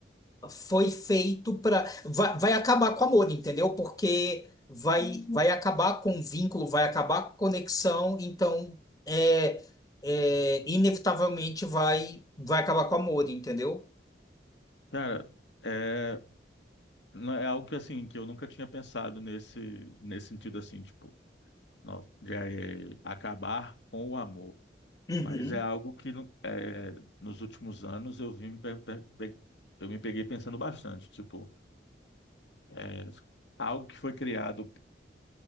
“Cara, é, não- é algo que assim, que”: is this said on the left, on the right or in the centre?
Left